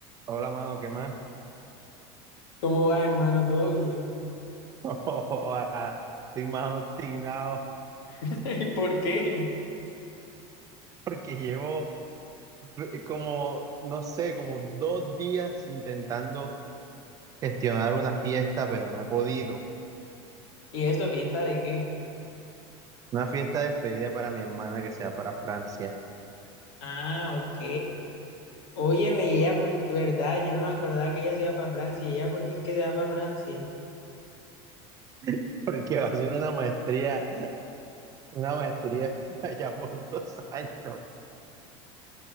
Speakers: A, on the right; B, on the left.
A: Hola, mano, ¿qué más?
B: ¿Cómo va, hermano? ¿Todo bien?
A: <laughs> Joda, estoy más obstinado
B: <laughs> ¿Y por qué?
A: porque llevo du- como, no sé, como dos días intentando gestionar una fiesta, pero no he podido.
B: ¿Y eso, fiesta de qué?
A: Una fiesta de despedida para mi hermana que sea para Francia,
B: Ah, ok. Óyeme, y ella, por- ¿verdad? Yo no me acordaba que ella se iba para Francia. ¿Y ella por qué es que se va para Francia?
A: <laughs> porque va a ser una maestría, una maestría <laughs> allá por dos años.